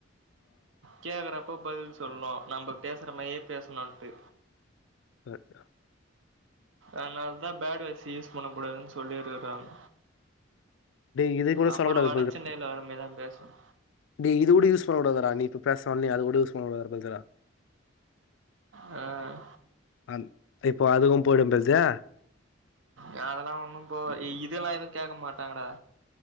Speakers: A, on the right; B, on the left.
A: கேக்குறப்போ பதில் சொல்லு நம்ப பேசுற மாரியே பேசணுட்டு
B: ஹ
A: அதுனாலதா பேட் வேட்ஸ் யூஸ் பண்ண கூடாதுன்னு சொல்லிருக்குறாங்க
B: டேய் இது கூட
A: அப்புறம்
B: சொல்லக்கூடாது
A: வட சென்னையில வரமேரிதான் பேசும்
B: நீ இதுட யூஸ்பண்ண கூடாதடா நீ இப்ப பேசரோம்ல்லையா அதுகூட யூஸ் பண்ணடாதுபோலயா
A: ஹம்
B: அம் இப்போ அதுக்கு போயிடம்பல்தே
A: யா அதெல்லா ஒண்ணு போ இதெல்லா எதுவு கேட்க மாட்டாங்கடா